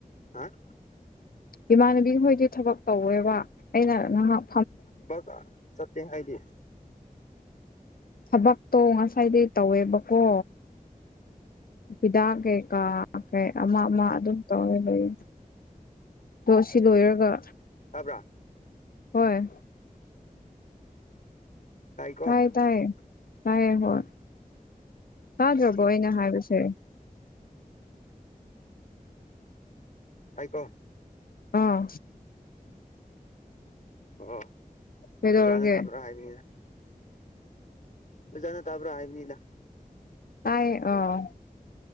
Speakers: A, on the left; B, on the left.
A: ꯍꯥ
B: ꯏꯃꯥꯟꯅꯕꯤ ꯈꯣꯏꯗꯤ ꯊꯕꯛ ꯇꯧꯋꯦꯕ ꯑꯩꯅ ꯉꯍꯥꯛ
A: ꯁ ꯆꯠꯇꯦ ꯍꯥꯏꯗꯤ
B: ꯊꯕꯛꯇꯣ ꯉꯁꯥꯏꯗꯩ ꯇꯧꯋꯦꯕꯀꯣ ꯏꯗꯥꯛ ꯀꯩꯒꯥ ꯑꯀꯩ ꯑꯃ ꯑꯃ ꯑꯗꯨꯝ ꯇꯧꯔ ꯂꯩ ꯑꯗꯣ ꯁꯤ ꯂꯣꯏꯔꯒ
A: ꯇꯥꯕ꯭ꯔꯥ
B: ꯍꯣꯏ
A: ꯇꯥꯏꯀꯣ
B: ꯍꯥꯏ ꯇꯥꯏꯌꯦ ꯇꯥꯏꯌꯦ ꯍꯣꯏ ꯇꯥꯗ꯭ꯔꯕꯣ ꯑꯩꯅ ꯍꯥꯏꯕꯁꯦ
A: ꯇꯥꯏꯀꯣ
B: ꯑꯥ
A: ꯑꯣ ꯑꯣꯖꯥꯅ
B: ꯀꯩꯗꯧꯔꯒꯦ
A: ꯇꯥꯃ꯭ꯔꯥ ꯍꯥꯏꯕꯅꯤꯅ ꯑꯣꯖꯥ ꯇꯥꯕ꯭ꯔꯥ ꯍꯥꯏꯅꯤꯂ
B: ꯇꯥꯏ ꯑꯣ